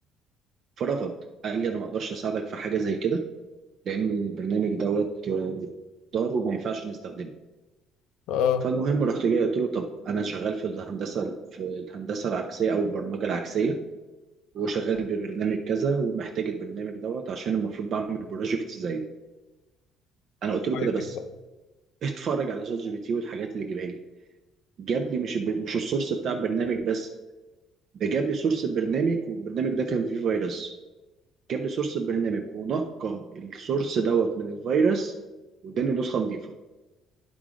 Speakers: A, on the right; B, on the left.
A: فرفض قال لي انا ما اقدرش اساعدك في حاجه زي كده لان البرنامج دوت آه، ضار وما ينفعش نستخدمه
B: اه
A: فالمهم رحت جاي قلت له طب انا شغال في الهندسه في الهندسه العكسيه او البرمجه العكسيه وشغال ببرنامج كذا ومحتاج البرنامج دوت عشان المفروض بعمل بروجكت زيه انا قلت له
B: واحد
A: كده بس
B: بقى.
A: اتفرج على شات جي بي تي والحاجات اللي جايبها لي جاب لي مش الب- مش السورس بتاع البرنامج بس ده جاب لي سورس البرنامج والبرنامج ده كان فيه فيروس جاب لي سورس البرنامج ونقى السورس دوت من الفيروس واداني نسخة نظيفة